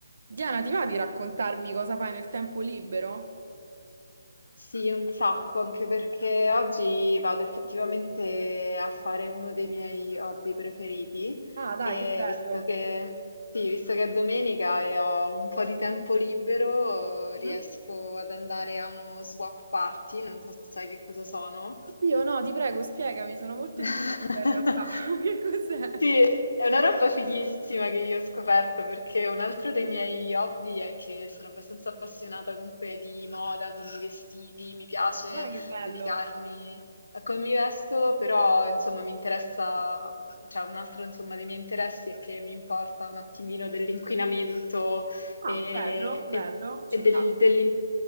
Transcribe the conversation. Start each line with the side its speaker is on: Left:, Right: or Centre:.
Right: Diana, ti va di raccontarmi cosa fai nel tempo libero?
Left: Sì, un sacco, anche perché oggi vado effettivamente a fare uno dei miei hobby preferiti
Right: Ah, dai,
Left: e
Right: che bello.
Left: visto che, sì, visto che è domenica e ho un po' di tempo libero,
Right: Mm?
Left: riesco ad andare a uno swap party, non so se sai che cosa sono.
Right: Io no, ti prego, spiegami, sono molto
Left: <laughs>
Right: incuriosita in realtà. <laughs> Che cos'è?
Left: Sì, è una roba fighissima che io ho scoperto perché un altro dei miei hobby è che sono abbastanza appassionata comunque di moda, quindi vestiti, mi piace
Right: Dai, che bello.
Left: dedicarmi a come mi vesto, però insomma mi interessa, cioè un altro insomma dei miei interessi è che mi importa un attimino dell'inquinamento
Right: Ah,
Left: e,
Right: bello,
Left: e-
Right: bello,
Left: e
Right: ci
Left: del-
Right: piace.
Left: dell'im-